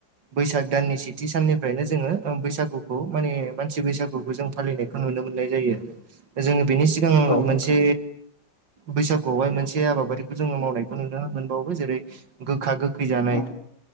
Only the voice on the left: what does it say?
औ नोंथां
औ